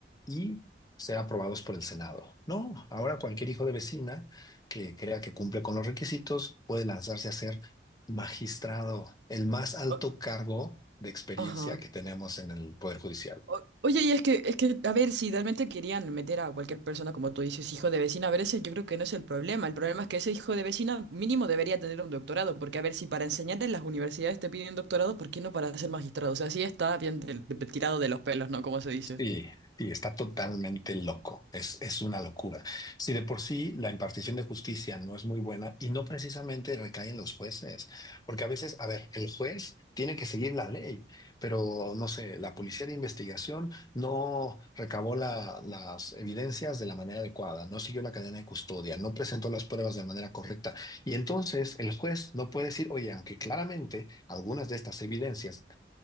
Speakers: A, on the left; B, on the right.
A: y ser aprobados por el Senado. No, ahora cualquier hijo de vecina que crea que cumple con los requisitos puede lanzarse a ser Magistrado, el más alto
B: O-
A: cargo de experiencia
B: Ajá.
A: que tenemos en el Poder Judicial.
B: O- Oye, y es que, es que, a ver, si realmente querían meter a cualquier persona, como tú dices, hijo de vecina, a ver, ese yo creo que no es el problema. El problema es que ese hijo de vecina mínimo debería tener un doctorado, porque a ver, si para enseñar en las universidades te piden doctorado, ¿por qué no para ser magistrado? O sea, sí está bien del- de- tirado de los pelos, ¿no? Como se dice.
A: Sí, sí, está totalmente loco. Es, es una locura. Si de por sí la impartición de justicia no es muy buena y no precisamente recae en los jueces, porque a veces, a ver, el juez tiene que seguir la ley, pero no sé, la policía de investigación no recabó la- las evidencias de la manera adecuada, no siguió la cadena de custodia, no presentó las pruebas de manera correcta. Y entonces el juez no puede decir, oye, aunque claramente algunas de estas evidencias